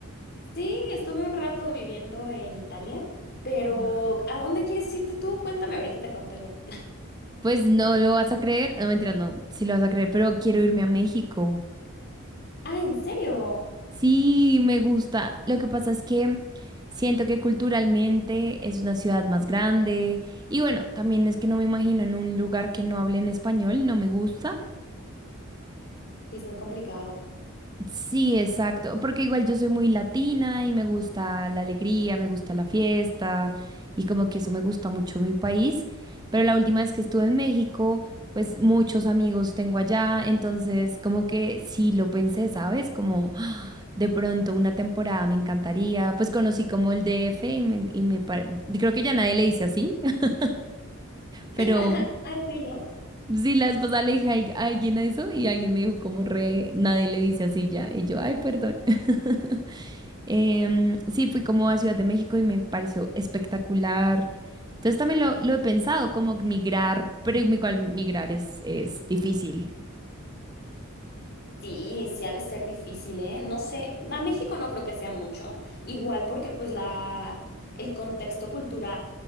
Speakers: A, on the left (about 50°); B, on the right (about 20°).
A: Sí, estuve un rato viviendo en Italia, pero
B: Guau.
A: ¿a dónde quieres irte tú? Cuéntame, ahorita te cuento yo.
B: Pues no lo vas a creer, no mentira, no, sí lo vas a creer, pero quiero irme a México.
A: Ah, ¿en serio?
B: Sí, me gusta. Lo que pasa es que siento que culturalmente es una ciudad más grande y bueno, también es que no me imagino en un lugar que no hable en español, no me gusta.
A: Sí, es muy complicado.
B: Sí, exacto, porque igual yo soy muy latina y me gusta la alegría, me gusta la fiesta y como que eso me gusta mucho mi país, pero la última vez que estuve en México, pues muchos amigos tengo allá, entonces como que sí lo pensé, ¿sabes? Como "Ah, de pronto una temporada me encantaría, pues conocí como el DF y me, y me pare- y creo que ya nadie le dice así, <laughs> pero
A: <laughs> Ah, sí, ¿no?
B: sí la esposa le dije a al- a alguien eso y alguien me dijo como re, nadie le dice así ya, y yo, ay, perdón. <laughs> Em, sí, fui como a Ciudad de México y me pareció espectacular. Entonces también lo, lo he pensado, como migrar, pero igual migrar es, es difícil.
A: Sí, sí ha de ser difícil, ¿eh? No sé, a México no creo que sea mucho, igual porque pues la, el contexto cultural